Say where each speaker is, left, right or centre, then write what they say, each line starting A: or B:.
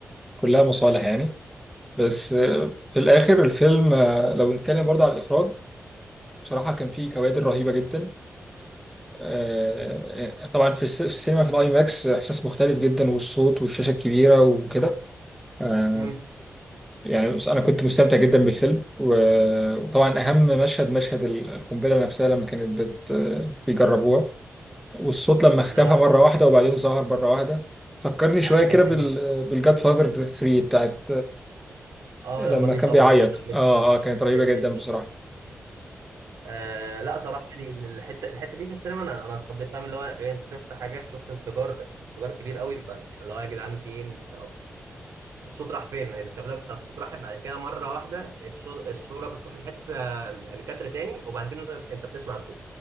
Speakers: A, in the centre; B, on the right (about 80°).
A: كلها مصالح يعني بس آه، في الآخر الفيلم آه، لو نتكلم برضه على الإخراج بصراحة كان فيه كوادر رهيبة جدا آه، طبعا في الس- في السينما في الآي ماكس إحساس مختلف جدا والصوت والشاشة الكبيرة وكده آه،
B: امم
A: يعني بص- أنا كنت مستمتع جدا بالفيلم و- وطبعا أهم مشهد مشهد ال- القنبلة نفسها لما كانت بت- آه، بيجربوها والصوت لما اختفى
B: اللي هو
A: مرة واحدة وبعدين ظهر مرة واحدة فكرني شوية
B: على الحته
A: كده بال
B: دي
A: بالجاد فاذر 3 بتاعت
B: اه
A: لما
B: لما جه
A: كان
B: يصوت
A: بيعيط
B: بعد ما بنت
A: اه
B: ماتت.
A: اه كانت رهيبة
B: ايوه
A: جدا
B: بالظبط
A: بصراحة
B: آه لا صراحه يعني الحته الحته دي في السينما انا انا اتخضيت فاهم اللي هو إيه، انت شفت حاجه شفت انفجار انفجار كبير قوي فاللي هو يا جدعان فين الصوت راح فين الكابلة بتاعت الصوت راحت بعد كده مرة واحدة الصو- الصورة بتروح لحتة لكادر تاني وبعد كده انت انت بتسمع الصوت